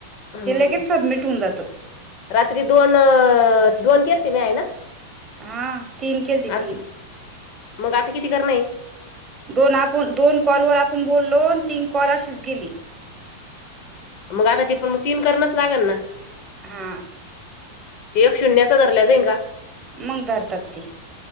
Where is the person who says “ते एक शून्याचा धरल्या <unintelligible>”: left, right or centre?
Left